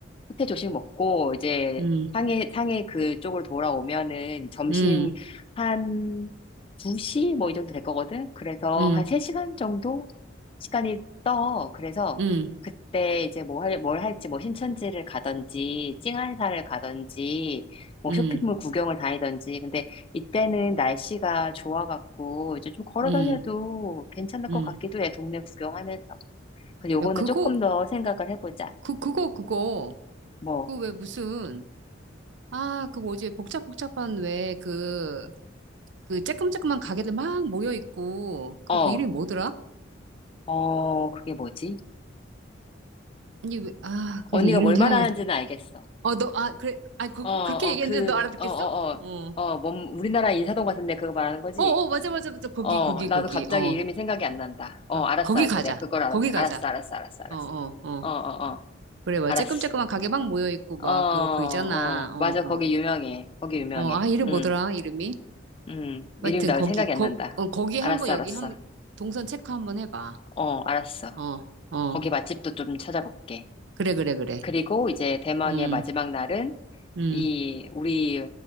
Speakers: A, on the left; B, on the right.
A: 호텔 조식 먹고 이제
B: 음,
A: 상해 상해 그쪽으로 돌아오면은 점심
B: 음,
A: 한 2시 뭐 이 정도 될 거거든. 그래서
B: 음,
A: 한 3시간 정도 시간이 떠. 그래서
B: 음,
A: 그때 이제 뭐 할, 뭘 할지 뭐 신천지를 가든지 찡한사를 가든지 뭐
B: 음,
A: 쇼핑몰 구경을 다니든지 근데 이때는 날씨가 좋아갖고 이제 좀 걸어
B: 음,
A: 다녀도 괜찮을
B: 음.
A: 것 같기도 해. 동네 구경하면서. 근데 요거는
B: 야, 그거,
A: 조금 더 생각을 해보자.
B: 그, 그거, 그거.
A: 뭐
B: 그 왜 무슨, 아, 그 뭐지, 복잡복잡한 왜 그, 그 쬐끔쬐끔한 가게들 막 모여있고, 그
A: 어.
B: 뭐 이름이 뭐더라?
A: 어, 그게 뭐지?
B: 아니, 왜, 아, 그
A: 언니가
B: 이름
A: 뭘
B: 생각해.
A: 말하는지는 알겠어.
B: 어, 너, 아, 그래, 아, 그,
A: 어,
B: 그-
A: 어,
B: 그렇게 얘기했는데
A: 그,
B: 너 알아듣겠어?
A: 어, 어, 어,
B: 어.
A: 어, 몸, 우리나라 인사동 같은데 그거 말하는 거지?
B: 어, 어, 맞아, 맞아, 맞아. 거기,
A: 어,
B: 거기,
A: 나도
B: 거기.
A: 갑자기
B: 어,
A: 이름이 생각이 안 난다. 어,
B: 어.
A: 알았어,
B: 거기
A: 알았어.
B: 가자.
A: 내가 그걸 알았,
B: 거기 가자.
A: 알았어, 알았어, 알았어, 알았어.
B: 어, 어, 어.
A: 어, 어, 어,
B: 그래, 막
A: 알았어.
B: 쬐끔쬐끔한 가게 막 모여있고, 막,
A: 어, 어,
B: 그, 그 있잖아. 어, 어.
A: 맞아. 거기 유명해. 거기 유명해.
B: 어, 아, 이름
A: 응,
B: 뭐더라, 이름이?
A: 응.
B: 하여튼,
A: 이름이 나
B: 거기,
A: 생각이
B: 거,
A: 안 난다.
B: 어, 거기
A: 알았어,
B: 한 번, 여기
A: 알았어.
B: 한 번, 동선 체크 한번 해봐.
A: 어, 알았어.
B: 어, 어,
A: 거기 맛집도 좀 찾아볼게.
B: 그래, 그래, 그래.
A: 그리고 이제 대망의
B: 음,
A: 마지막 날은
B: 음.
A: 이 우리